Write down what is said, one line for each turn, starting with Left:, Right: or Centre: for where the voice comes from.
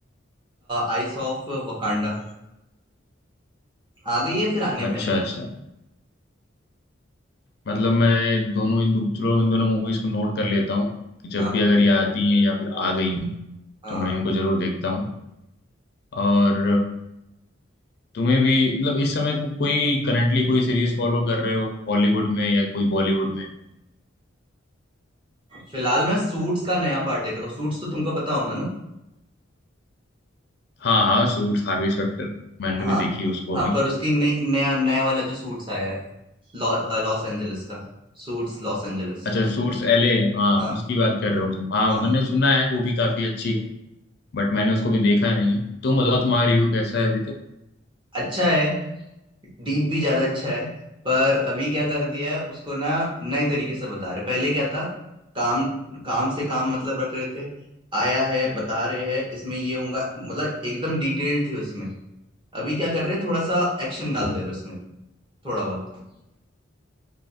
Right: आइस ऑफ वकांडा आ गई है फिर आने
Left: अच्छा
Right: में है पता
Left: अच्छा
Right: नहीं
Left: मतलब मैं दोनों इन दो, चलो इन दोनों मूवीज को नोट कर लेता हूँ कि जब
Right: हाँ
Left: भी अगर ये आती हैं या फिर आ गई हूँ
Right: हाँ
Left: तो मैं इनको जरूर देखता हूँ और तुम्हें भी मतलब इस समय तुम कोई करंटली कोई सीरीज फॉलो कर रहे हो हॉलीवुड में या कोई बॉलीवुड में
Right: फिलहाल मैं सूट्स का नया पार्ट देख रहा हूँ सूट्स तो तुमको पता होगा ना
Left: हाँ हाँ सूट्स हार्वी स्पेक्टर मैंने
Right: हाँ
Left: भी देखी उसको
Right: हाँ
Left: अभी
Right: पर उसकी नई नया नया वाला जो सूट्स आया है लॉ, अ, लॉस एंजलिस का सूट्स लॉस एंजलिस
Left: अच्छा सूट्स एले हाँ
Right: हाँ
Left: उसकी बात कर रहे हो तुम हाँ
Right: हाँ
Left: मैंने सुना है वो भी काफी अच्छी है बट मैंने उसको भी देखा नहीं है तुम बताओ तुम्हारा रिव्यू कैसा है अभी तक
Right: अच्छा है डीप भी ज्यादा अच्छा है पर अभी क्या कर दिया है उसको ना नए तरीके से बता रहे पहले क्या था काम काम से काम मतलब रख रहे थे आया है बता रहे हैं इसमें ये होगा मतलब एकदम डिटेल्ड थे उसमें अभी क्या कर रहे हैं थोड़ा सा एक्शन डाल दे रहे उसमें भी, थोड़ा बहुत